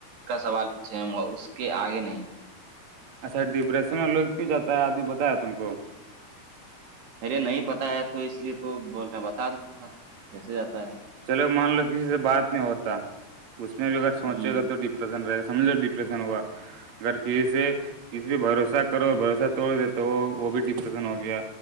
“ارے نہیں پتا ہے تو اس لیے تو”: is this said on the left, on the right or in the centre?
Right